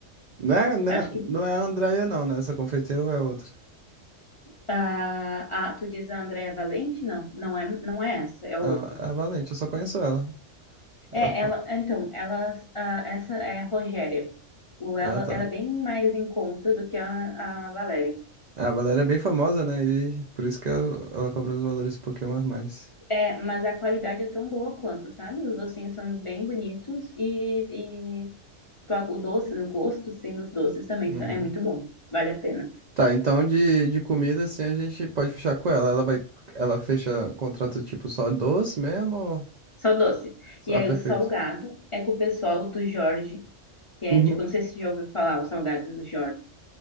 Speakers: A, on the right; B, on the left.
A: Não é, não
B: Acho
A: é,
B: que
A: não é a Andrea, não, né? Essa confeiteira ou é outra?
B: a, a tu diz a Andréia Valente? Não, não é, não é essa, é outra.
A: Ah, a Valente, eu só conheço ela. Ah,
B: É,
A: pô.
B: ela, então, elas, ah, essa é a Rogéria. O, ela,
A: Ah, tá.
B: ela é bem mais em conta do que a, a Valéria.
A: É, A Valéria é bem famosa, né? E por isso que ela, ela cobra os valores um pouquinho a mais.
B: É, mas a qualidade é tão boa quanto, sabe? Os docinhos são bem bonitos e, e O doce, o gosto, sim, dos doces também
A: Uhum.
B: são- é muito bom. Vale a pena.
A: Tá, então de, de comida, assim, a gente pode fechar com ela. Ela vai, ela fecha contrato tipo só doce mesmo? ou-
B: Só doce. E
A: Ah,
B: aí
A: perfeito.
B: o salgado é com o pessoal do Jorge, que é
A: Uhum.
B: tipo, não sei se você já ouviu falar, os salgados do Jorge.